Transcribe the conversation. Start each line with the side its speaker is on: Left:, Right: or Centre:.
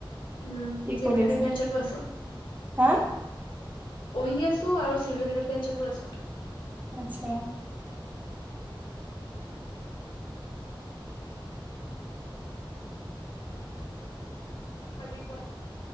Left: উম
Right: কি
Left: চিবিল
Right: কৰি আছা
Left: ডিফেন্স টো আছো
Right: হা
Left: পঢ়ি আছো আৰু চিভিল ডিফেন্সতো আছো।
Right: আচ্ছা।
Left: বাকী কোৱা?